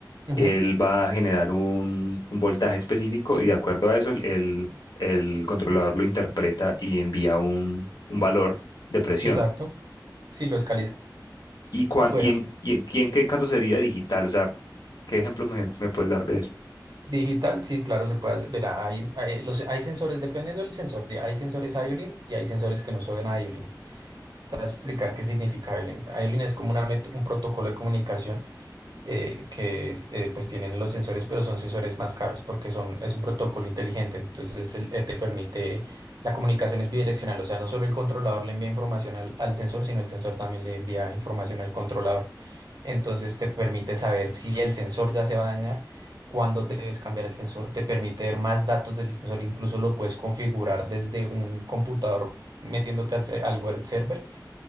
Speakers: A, on the right; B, on the left.
A: ujú,
B: él va a generar un, un voltaje específico y de acuerdo a eso el, el, el controlador lo interpreta y envía un, un valor de presión.
A: exacto, sí lo escaliza.
B: ¿Y, cuán-
A: Bueno,
B: y, en, y, en, y en qué caso sería digital? O sea, ¿qué ejemplo me, me puedes dar de eso?
A: digital, sí, claro, se puede hacer. Verá, hay, hay- los, hay sensores, dependiendo del sensor, de- hay sensores IOLIN y hay sensores que no son IOLIN. Te voy a explicar qué significa IOLIN. IOLIN es como una met- un protocolo de comunicación eh, que es, eh, pues tienen los sensores, pero son sensores más caros porque son, es un protocolo inteligente. Entonces el- eh, te permite, la comunicación es bidireccional, o sea, no solo el controlador le envía información al, al sensor, sino el sensor también le envía información al controlador. Entonces te permite saber si el sensor ya se va a dañar. Cuándo debes cambiar el sensor, te permite ver más datos del sensor, incluso lo puedes configurar desde un computador metiéndote al, se- al web server